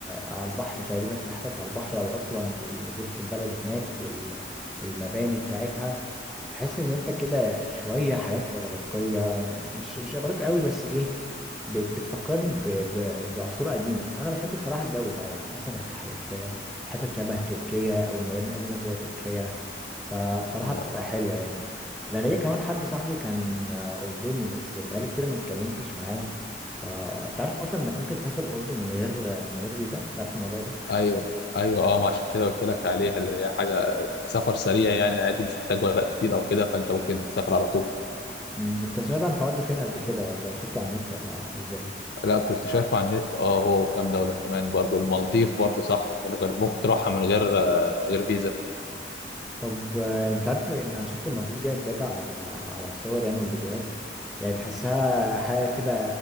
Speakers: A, in the centre; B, on the left.
A: على البحر تقريبا في حتت على البحر أو أصلا ال- بص البلد هناك والمباني بتاعتها تحس إن أنت كده شوية حياة إغريقية مش مش إغريقي قوي بس إيه بت- بتفكرني ب- ب- بعصور قديمة وأنا بحب صراحة الجو ده يعني تحس إنك حاجة في حتت شبه تركيا أو المباني القديمة جوه تركيا فبصراحة
B: اه
A: بتبقى حلوة يعني انا ليا كمان حد صاحبي كان آه، اردني بس بقالي كتير ما اتكلمتش معاه فانت عارف اصلا انك ممكن تسافر الاردن من غير من غير فيزا تعرف الموضوع ده
B: أيوه أيوه أه ما عشان كده قلت لك عليها اللي هي حاجة سفر سريع يعني عادي مش محتاج ورق كتير أو كده فأنت ممكن تسافر على طول
A: أمم، انت سمعت عن الحوار ده فين قبل كده ولا شفته على النت ولا ازاي
B: لا كنت شايفه على النت أه هو وكام دولة كمان برضو المالديف برضو صح من غير ممكن تروحها من غير آه، من غير فيزا
A: طب آه، انت عارف ان انا شفت المالديف دي بجد على ال- على الصور يعني والفيديوهات يعني تحسها حاجه كده